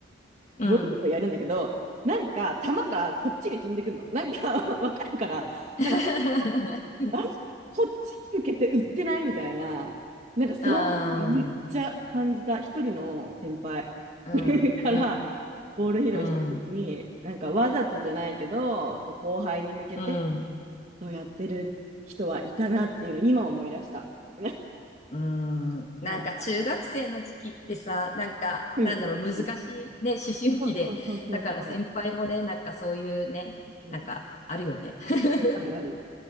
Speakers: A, on the left (about 40°); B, on the right (about 35°).
A: うん。
B: ボール拾いやるんだけど、なんか、球がこっちに飛んでくるの。なんか、<laughs> わかるから、
A: <laughs>
B: なんか、あれこっちに向けて打ってないみたいな、なんかそういうのめっちゃ感じた一人の先輩
A: ああ、うん、うん、
B: <laughs> からボール拾いしてるときに、
A: うん、
B: なんかわざとじゃないけど、そう後輩に向けて
A: うん、
B: そうやってる人はいたなっていうのを今思い出した。<laughs>
A: うん。なんか中学生の時期ってさ、
B: うわー
A: なんか、
B: うんうんうん。
A: なんだろう、難しいね、思春期で。
B: そうそうそうそうそ
A: だから先輩もね、なんかそういうね、
B: う。うん。
A: なんかあるよね。<laughs>
B: あるある。